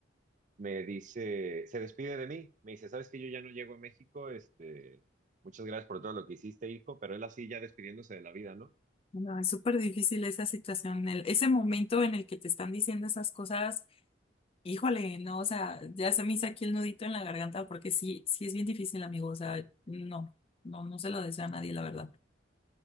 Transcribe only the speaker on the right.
me dice, se despide de mí, me dice, sabes que yo ya no llego a México, este, muchas gracias por todo lo que hiciste, hijo, pero él así ya despidiéndose de la vida, ¿no?